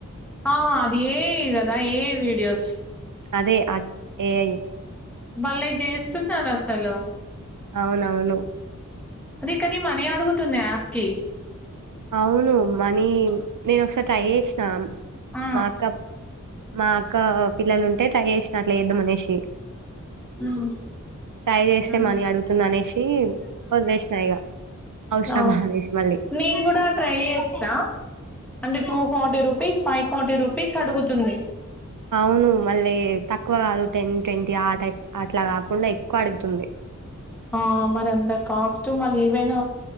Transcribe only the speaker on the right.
అదే అ ఏఐ
అవునవును
అవును మని నేను ఒకసారి ట్రై చేసిన
మాకా మా అక్క పిల్లలు ఉంటే ట్రై చేసినట్ లేద్దు మనిషి
ట్రై చేస్తేమని
అడుగుతుంది అనేసి వదిలేసినాయిక అవసరమా
అనేసి మళ్ళీ
అవును మళ్ళీ తక్కువ కాదు టెన్ ట్వంటీ ఆ టైప్ అట్లా కాకుండా ఎక్కువ అడుగుతుంది